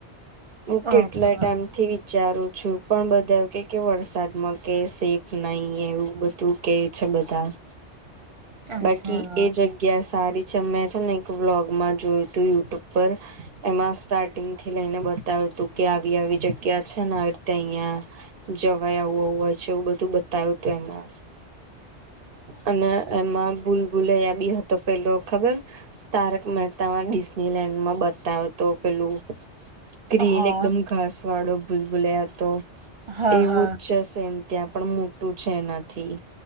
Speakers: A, on the right; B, on the right.
A: હું
B: હા
A: કેટલા
B: હા
A: ટાઈમ થી વિચારું છું. બધા કે વરસાદમાં કે સેફ નહી એવું શું કે છે. બધા
B: હમ
A: બાકી એ જગ્યા જગ્યા સારી છે. મેં છે ને એક વ્લોગમાં જોયું તું યુટ્યુબ પર એમાં સ્ટાર્ટિંગ થી લઈને બતાવ તું કે આવી આવી જગ્યા છે. ને ત્યાં અહીંયા જવાય આવું આવું હોય છે. એવું બધું બતાય્યું હતું. એમાં અને એમાં બૂલ બુલયા બી હતો પેલો ખબર. તારક મહેતા ડિઝનીલેન્ડ માં બતાવયો તો પેલું, ગ્રીન
B: હા
A: એકદમ ઘાસ વાળો. ભૂલ બુલે તો
B: હા
A: એવું
B: હા
A: જ છે સેમ ત્યાં પણ મોટું છે એનાથી,